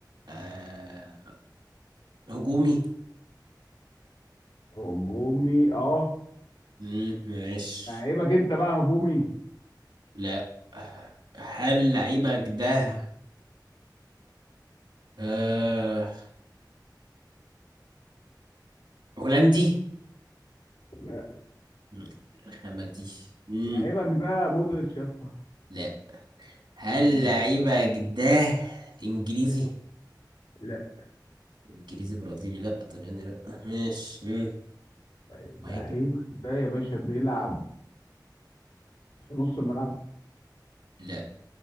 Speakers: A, on the right (about 70°); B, on the left (about 85°).
A: آه... هجومي؟
B: هجومي اه
A: مم. مش
B: لعيبك انت بقى هجومي
A: لا هل لعيبك ده آه... هولندي؟
B: لا
A: مم. الرخامة دي مم.
B: لعيبك ده مودريتش يا اسطى
A: لا هل
B: مم.
A: لعيبة جداه انجليزي
B: لا
A: انجليزي برازيلي لا طلياني لا ماشي مم.
B: طيب
A: مهاجم
B: لعيبك ده يا باشا بيلعب في نص الملعب
A: لا